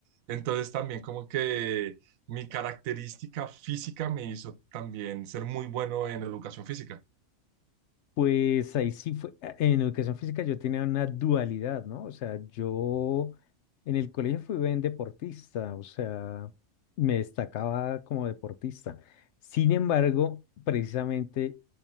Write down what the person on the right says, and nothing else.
Entonces también como que mi característica física me hizo también ser muy bueno en educación física.